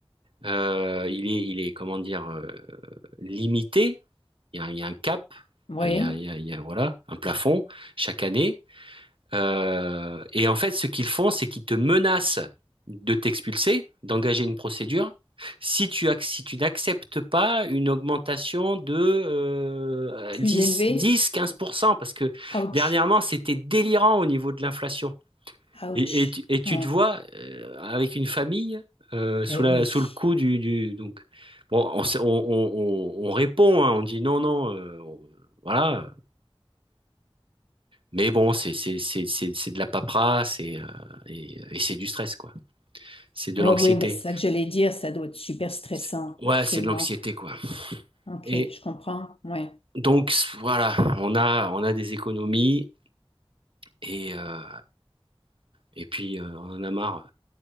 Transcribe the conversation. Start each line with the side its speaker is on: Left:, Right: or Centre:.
Right: Euh, il est, il est, comment dire, euh, limité. Il y a, il y a un cap,
Left: Oui.
Right: il y a, il y a- il y a, voilà, un plafond chaque année. Euh, et en fait, ce qu'ils font, c'est qu'ils te menacent de t'expulser, d'engager une procédure, si tu, ac- si tu n'acceptes pas une augmentation de euh,
Left: Plus
Right: dix,
Left: élevé?
Right: dix, quinze pour cent, parce que
Left: Ouch,
Right: dernièrement, c'était délirant au niveau de l'inflation.
Left: ouch.
Right: Et, et, tu et tu
Left: Ouais.
Right: te vois euh, avec une famille euh, sous
Left: Ben
Right: la,
Left: oui.
Right: sous le coup du, du- donc bon on, s- on, on, on- on répond hein, on dit non non euh, on- voilà mais bon c'est c'est c'est c'est c'est de la paperasse et euh, et, et c'est du stress quoi c'est de
Left: Oui,
Right: l'anxiété
Left: oui, mais c'est ça que j'allais dire, ça doit être super stressant,
Right: C'est- ouais
Left: absolument.
Right: c'est de l'anxiété quoi
Left: Ok,
Right: et
Left: je comprends. Ouais.
Right: donc voilà on a on a des économies et euh, et puis euh, on en a marre